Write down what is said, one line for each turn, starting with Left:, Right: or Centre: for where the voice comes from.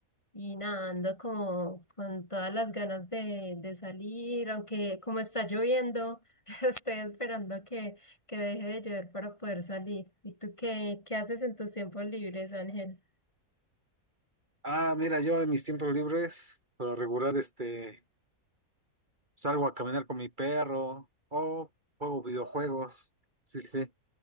Left: Y nada, ando como con todas las ganas de, de salir, aunque como está lloviendo, <laughs> estoy esperando que, que deje de llover para poder salir. ¿Y tú qué, qué haces en tus tiempos libres, Ángel?
Right: Ah, mira, yo en mis tiempos libres, por lo regular, este, salgo a caminar con mi perro o juego videojuegos. Sí, sí.